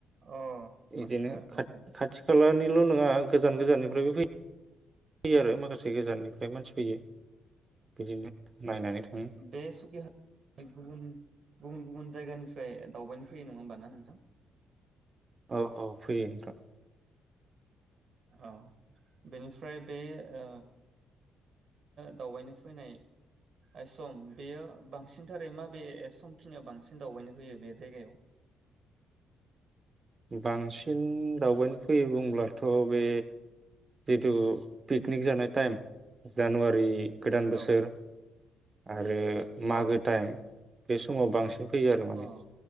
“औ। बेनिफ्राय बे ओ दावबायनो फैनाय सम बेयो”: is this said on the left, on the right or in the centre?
Right